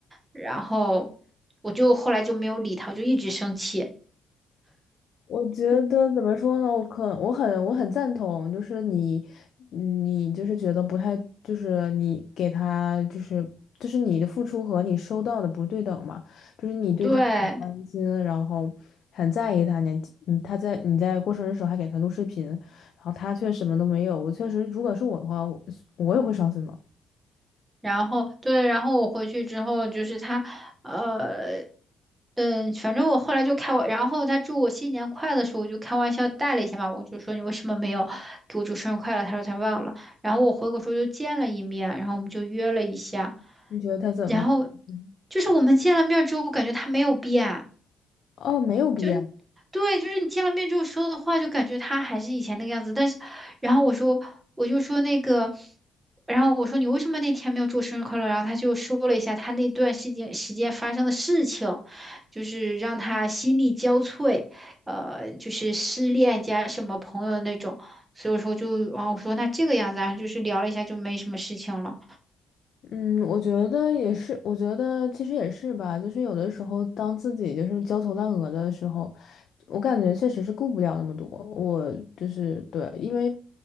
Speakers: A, on the right; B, on the left.
A: 然后我就后来就没有理他，我就一直生气。
B: 我觉得怎么说呢？我可我很我很赞同，就是你，你就是觉得不太，就是你给他就是就是你的付出和你收到的不对等嘛，就是你对他很关心，
A: 对，
B: 然后很在意他，你你他在你在过生日的时候还给他录视频，然后他却什么都没有，我确实如果是我的话，我我也会伤心的。
A: 然后对，然后我回去之后就是他，呃，嗯，反正我后来就开我，然后他祝我新年快乐的时候，我就开玩笑带了一下嘛，我就说你为什么没有给我祝生日快乐？他说他忘了。然后我回国时候就见了一面，然后我们就约了一下，
B: 你觉得他怎么样？
A: 然后
B: 嗯
A: 就是我们见了面之后，我感觉他没有变。
B: 哦，没有必要。
A: 嗯，对，就是你见了面之后说的话，就感觉他还是以前那个样子。但是，然后我说，我就说那个，然后我说你为什么那天没有祝我生日快乐？然后他就说了一下他那段时间时间发生的事情，就是让他心力交瘁，呃，就是失恋加什么朋友的那种。所以我说就，然后我说那这个样子啊，就是聊了一下就没什么事情了。
B: 嗯，我觉得也是，我觉得其实也是吧，就是有的时候当自己就是焦头烂额的时候，我感觉确实是顾不了那么多。我就是对，因为